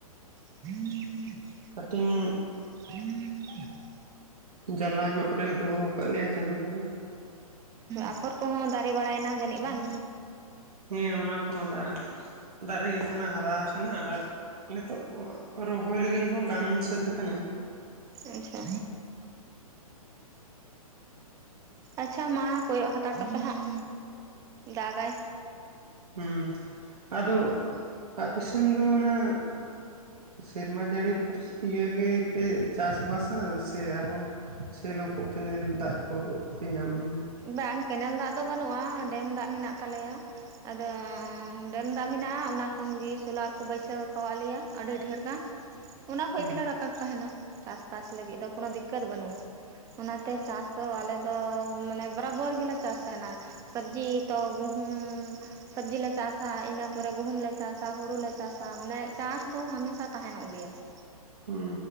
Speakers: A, on the right; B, on the right.
A: <inaudible>
B: ᱠᱟᱹᱴᱤᱱ
A: <inaudible>
B: ᱡᱟᱞᱟ ᱧᱚᱜ ᱨᱮ ᱫᱚᱦᱚ ᱟᱠᱟᱫ ᱞᱮᱭᱟᱭ ᱪᱟᱸᱫᱳ ᱵᱚᱸᱜᱟ
A: ᱟᱯᱷᱚᱨ ᱠᱚᱦᱚᱸ ᱫᱟᱨᱮ ᱵᱟᱲᱟᱭᱮᱱᱟ ᱡᱟᱹᱱᱤᱡ ᱵᱟᱝ
B: ᱦᱮᱸ ᱚᱱᱟ ᱠᱚᱢᱟ ᱫᱟᱨᱮ ᱟᱠᱟᱱᱟ ᱦᱟᱨᱟ ᱟᱠᱟᱱᱟ ᱟᱨ ᱱᱤᱛᱚᱜ ᱨᱚᱦᱚᱭ ᱞᱟᱹᱜᱤᱫ ᱦᱚᱸ ᱜᱟᱱ ᱥᱟᱹᱛ ᱟᱠᱟᱱᱟ
A: ᱟᱪᱪᱷᱟ ᱟᱪᱪᱷᱟ ᱢᱟ ᱠᱚᱭᱚᱜ ᱦᱟᱛᱟᱲ ᱠᱟᱯᱮ ᱦᱟᱸᱜ ᱫᱟᱜᱟᱭ
B: ᱦᱮᱸ ᱟᱫᱚ ᱟᱯᱮ ᱥᱮᱱ ᱫᱚ ᱚᱱᱟ ᱥᱮᱨᱢᱟ ᱡᱟᱹᱲᱤ ᱵᱷᱚᱨᱥᱟ ᱤᱭᱟᱹ ᱜᱮᱯᱮ ᱪᱟᱥᱵᱟᱥᱟ ᱥᱮ ᱟᱨᱦᱚᱸ ᱥᱮᱞᱚ ᱠᱚ ᱠᱮᱱᱮᱞ ᱫᱟᱜ ᱠᱚ ᱠᱚ ᱯᱮ ᱧᱟᱢ ᱜᱮᱭᱟ
A: ᱵᱟᱝ ᱠᱮᱱᱮᱞ ᱫᱟᱜ ᱫᱚ ᱵᱟᱹᱱᱩᱜ-ᱟ ᱰᱮᱢ ᱫᱟᱜ ᱢᱮᱱᱟᱜ ᱛᱟᱞᱮᱭᱟ ᱟᱫᱚ ᱰᱮᱢ ᱫᱟᱜ ᱢᱮᱱᱟᱜ-ᱟ ᱚᱱᱟ ᱠᱷᱚᱱᱜᱮ ᱥᱳᱞᱟᱨ ᱠᱚ ᱵᱟᱹᱭᱥᱟᱹᱣ ᱠᱟᱫ ᱞᱮᱭᱟ ᱟᱹᱰᱤ ᱰᱷᱮᱨ ᱜᱟᱱ ᱚᱱᱟ ᱠᱷᱚᱡ
B: ᱦᱩᱸ
A: ᱜᱮᱞᱮ ᱨᱟᱠᱟᱵ ᱛᱟᱦᱮᱱᱟ ᱪᱟᱥᱵᱟᱥ ᱞᱟᱹᱜᱤᱫ ᱫᱚ ᱠᱳᱱᱳ ᱫᱤᱠᱠᱟᱛ ᱵᱟᱹᱱᱩᱜ-ᱟ ᱚᱱᱟᱛᱮ ᱪᱟᱥ ᱫᱚ ᱟᱞᱮ ᱫᱚ ᱢᱟᱱᱮ ᱵᱟᱨᱵᱚᱨ ᱜᱮᱞᱮ ᱪᱟᱥ ᱛᱟᱦᱮᱱᱟ ᱥᱚᱵᱡᱤ ᱛᱚ ᱜᱩᱦᱩᱢ ᱥᱚᱵᱽᱡᱤᱞᱮ ᱪᱟᱥᱟ ᱤᱱᱟᱹ ᱯᱚᱨᱮ ᱜᱩᱦᱩᱢ ᱞᱮ ᱪᱟᱥᱟ ᱦᱩᱲᱩᱞᱮ ᱪᱟᱥᱟ ᱢᱟᱱᱮ ᱪᱟᱥ ᱫᱚ ᱦᱟᱢᱮᱥᱟ ᱛᱟᱦᱮᱱᱚᱜ ᱜᱮᱭᱟ <inaudible>
B: ᱦᱩ